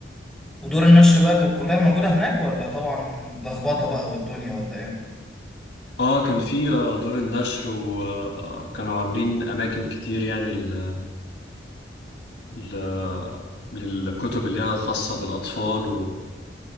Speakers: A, in the centre; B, on the left.
A: ودور النشر بقى كانت كلها موجودة هناك ولا طبعا لخبطة بقى والدنيا ولا ايه؟
B: اه كان في آه، دور النشر وكانوا عاملين أماكن كتير يعني ال... ل... للكتب اللي هي خاصة بالأطفال